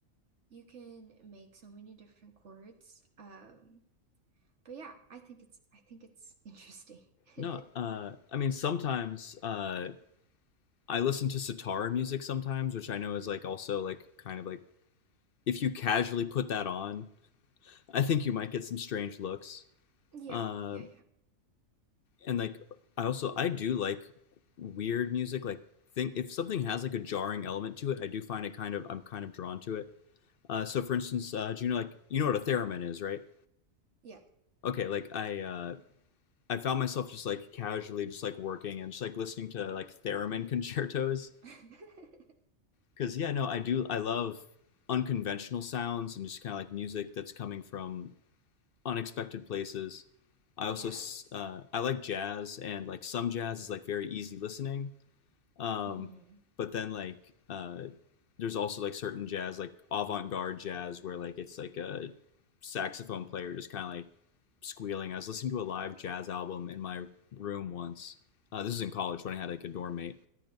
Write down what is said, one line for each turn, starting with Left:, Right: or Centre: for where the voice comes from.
Right: you can make so many different chords. Um, but yeah, I think it's I think it's interesting. <laughs>
Left: No, uh, I mean sometimes uh, I listen to sitar music sometimes, which I know is like also like kind of like if you casually put that on, I think you might get some strange looks.
Right: Yeah,
Left: Uh,
Right: yeah, yeah,
Left: and like I also I do like weird music, like think if something has like a jarring element to it, I do find it kind of I'm kind of drawn to it. Uh, so for instance, uh, do you know like you know what a theremin is, right?
Right: yeah.
Left: Okay, like I uh, I found myself just like casually just like working and just like listening to like theremin <laughs> concertos
Right: <laughs>
Left: because yeah no I do I love unconventional sounds and just kind of like music that's coming from unexpected places. I also
Right: Yes.
Left: uh, I like jazz and like some jazz is like very easy listening um,
Right: Mhm.
Left: but then like uh, there's also like certain jazz, like avant-garde jazz, where like it's like a saxophone player just kind of like squealing. I was listening to a live jazz album in my room once. Uh, this is in college when I had like a dorm mate,